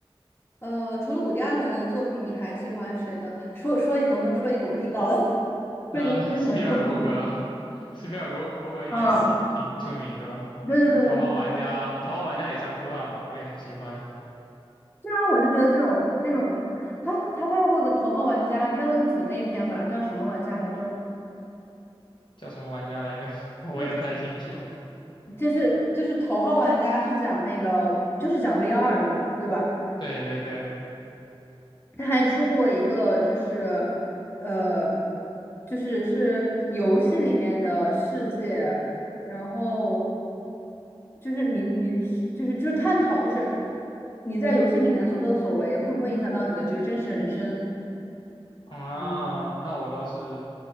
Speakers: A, on the left; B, on the left.
A: 呃，除了伍迪·艾伦的作品，你还喜欢谁的？说说能不能说一个我知道的，<laughs>
B: 呃，
A: 说一个非常著名。
B: 斯皮尔伯格，斯皮尔伯伯格应该也挺挺出名的吧？
A: <laughs> 啊，对对对对对，
B: 《头号玩家》，《头号玩家》也算科幻吧，我也很喜欢。
A: 这样我就觉得这种这种，他他拍过个《头号玩家》，还拍过一个姊妹片吧，叫什么玩家来着？
B: 叫什么玩家来着？<laughs> 我也不太清楚。
A: 就就是就是《头号玩家》是讲那个就是讲 VR 的嘛，对吧？
B: 对对对，
A: 他还出过一个，就是，呃，就是是游戏里面的世界，然后就是你你是就是就是探讨，就是你在游戏里面所作所为会不会影响到你的这个真实人生？
B: 啊，
A: 嗯
B: 那我倒是